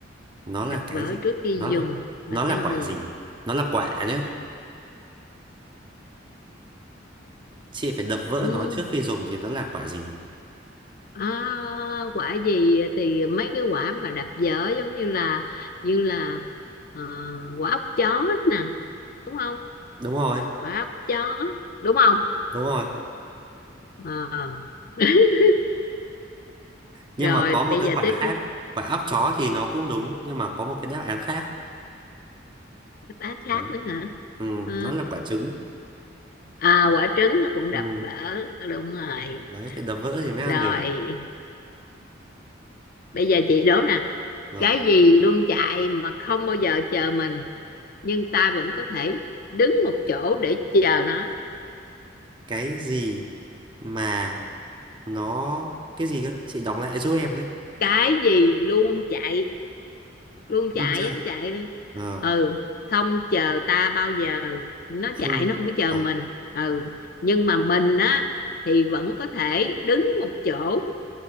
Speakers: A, on the right; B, on the left.
A: Nó là
B: đập
A: cái
B: vỡ
A: gì?
B: trước khi
A: Nó
B: dùng
A: là
B: là
A: nó là
B: cái
A: quả
B: gì
A: gì? Nó là quả nhá. Chị phải đập vỡ
B: ừ.
A: nó trước khi dùng thì nó là quả gì?
B: à, quả gì thì mấy cái quả mà đập vỡ giống như là như là ờ, quả ốc chó nè đúng không
A: Đúng rồi,
B: quả ốc chó đúng không
A: đúng rồi.
B: Ờ, <laughs>
A: Nhưng
B: rồi
A: mà có một
B: bây
A: cái
B: giờ
A: quả
B: tiếp
A: khác, quả óc chó thì nó cũng đúng nhưng mà có một cái đáp án khác.
B: đáp khác
A: Đấy.
B: nữa hả
A: Ừ,
B: Ờ,
A: nó là quả trứng.
B: à, quả trứng nó cũng
A: Ừ,
B: đập vỡ đúng rồi
A: đấy phải đập vỡ thì mới ăn
B: rồi
A: được.
B: bây giờ chị đố nè
A: Rồi,
B: cái gì luôn chạy mà không bao giờ chờ mình nhưng ta vẫn có thể đứng một chỗ để chờ nó
A: cái gì mà nó cái gì cơ? Chị đọc lại giúp em với.
B: cái gì luôn chạy luôn
A: nó
B: chạy
A: chạy
B: á chạy
A: ờ
B: ừ không chờ ta bao giờ nó
A: không
B: chạy nó không có chờ
A: thật
B: mình ừ nhưng mà mình á thì vẫn có thể đứng một chỗ